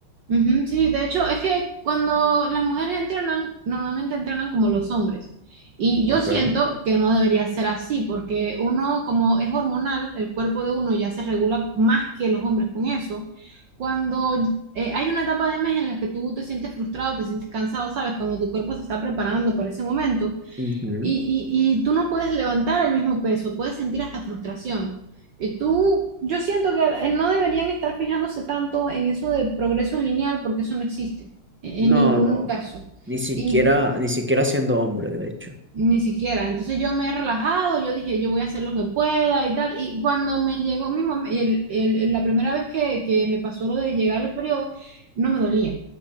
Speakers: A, on the right; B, in the centre.
A: Ujú, sí, de hecho, es que cuando las mujeres entrenan, normalmente entrenan como los hombres. Y
B: Ok.
A: yo siento que no debería ser así, porque uno, como es hormonal, el cuerpo de uno ya se regula más que los hombres con eso. Cuando eh, hay una etapa de mes en la que tú te sientes frustrado, te sientes cansado, ¿sabes? Cuando tu cuerpo se está preparando para ese momento.
B: Ujú.
A: Y, y, y tú no puedes levantar el mismo peso, puedes sentir hasta frustración. Y tú, yo siento que eh, no deberían estar fijándose tanto en eso de progreso lineal porque eso no existe en
B: No,
A: en ningún
B: no,
A: caso.
B: ni siquiera,
A: Y
B: ni siquiera siendo hombre, de hecho.
A: ni siquiera. Entonces yo me he relajado, yo dije, yo voy a hacer lo que pueda y tal. Y cuando me llegó mi mom- el- el- el- la primera vez que, que me pasó lo de llegar al periodo, no me dolía.